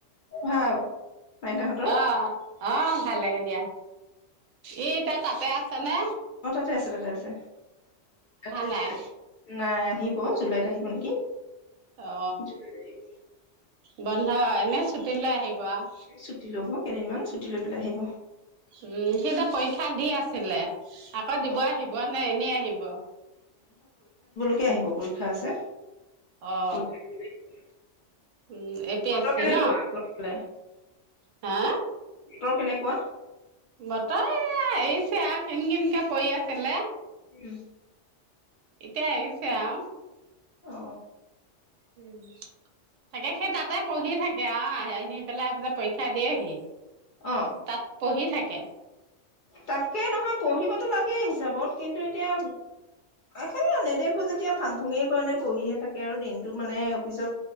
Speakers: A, on the left; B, on the right.
A: ভাল মাইনাহঁতৰ
B: আহ আহ ভালে দিয়া। এই তে তাতে আছে। খানা।
A: কি আছেতে আছে। তাতে আছে
B: নাই
A: নাই আহিব। জুলাইত আহিব নেকি?
B: অ
A: জুলাইত আহিব
B: বন্ধা অউ এনেএ ছুটীলৈ আহিবলগা ৱাহ
A: ছুটি ল'ব কেইদিনমান ছুটি লৈ পেলাই আহিব।
B: উম সি যে পৰীক্ষা দি আছিলে। আকৌ
A: এই
B: দিব আহিব নে এনেই আহিব
A: কে আহিব পৰীক্ষা আছে?
B: অ
A: পৰীক্ষা দিবলৈ আহিব
B: উম এ পি
A: বতৰ
B: এছ চি
A: কেনেকুৱা
B: ন
A: আপোনাৰফালে
B: হা।
A: ভিতৰত কেনেকুৱা?
B: বতৰ এৰিছে আৰু কিন কিনকে পৰি আছিলে
A: উম।
B: এতিয়া আহিছে আহ।
A: অ
B: উ তাকে সেই তাতে পঢ়ি থাকে আৰু আহি আহি পেলাই পৰীক্ষা দিয়েহি
A: অ
B: তাত পঢ়ি থাকে
A: তাকে নহয় পঢ়িবতো লাগেই হিচাপত কিন্তু এতিয়া সেই নেদেখো যেতিয়া ভাং ফুঙে কাৰণে পঢ়িহে থাকে আৰু দিনটো মানে অফিচত